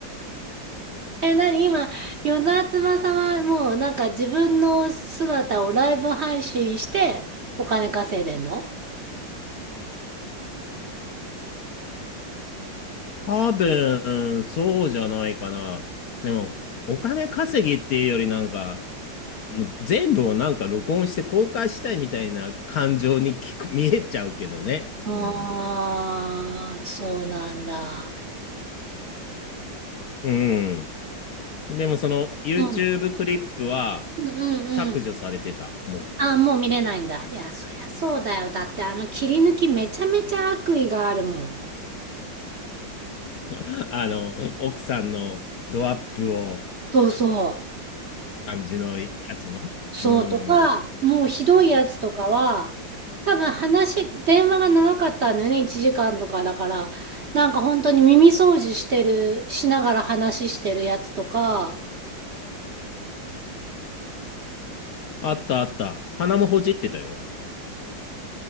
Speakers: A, on the right (about 50°); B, on the left (about 60°).
A: え、なに今、与沢翼はもうなんか自分の姿をライブ配信してお金稼いでんの
B: 多分、そうじゃないかな。でも、お金稼ぎっていうよりなんか、もう全部をなんか録音して公開したいみたいな感情に聞く、見えちゃうけどね。
A: ああー、
B: うん。
A: そうなんだ。
B: うん。でもその YouTube
A: うん。
B: クリップは
A: うん
B: 削除されてた、
A: うん
B: も
A: ああ、もう見れないんだ。いや、そりゃそうだよ。だってあの切り抜きめちゃめちゃ悪意があるもん。
B: う。<laughs> あの、奥さんのドアップを
A: そうそ
B: 感じのやつね。
A: う。そうとか、
B: うん。
A: もうひどいやつとかは、多分話、電話が長かったんだよね。1時間とかだから。なんか本当に耳掃除してる、しながら話してるやつとか、
B: あったあった。鼻もほじってたよ。